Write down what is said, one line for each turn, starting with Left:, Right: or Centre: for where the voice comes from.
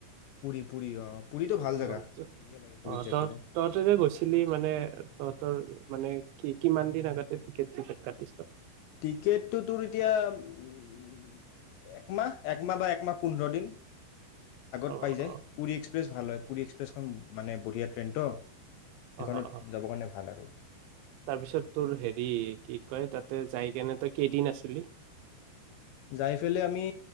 Left: পুৰী, পুৰী আহ পুৰীটো ভাল
Right: অ',
Left: জাগা
Right: ত-
Left: বঢ়িয়া লাগে পুৰীত
Right: অ',
Left: যাই
Right: তই
Left: ফেলাই
Right: তহঁতে যে গৈছিলি মানে তহঁতৰ মানে কি কিমান দিন আগতে টিকট চিকট কাটিছ।
Left: টিকেটটো তোৰ এতিয়া উ'ম একমাহ একমাহ বা একমাহ পোন্ধৰ দিন আগত
Right: অ',
Left: পাই যায় পুৰী এক্সপ্ৰেছ ভাল হয় পুৰী এক্সপ্ৰে এক্সপ্ৰেছখন মানে বঢ়িয়া ট্ৰেইনতো সেইখনত
Right: অ', অ', অ',
Left: যাবৰ কাৰণে ভাল আৰু
Right: তাৰপিছত তোৰ হেৰি কি কয় তাতে যাই কেনে তই কেইদিন আছিলি
Left: যাই পেলাই আমি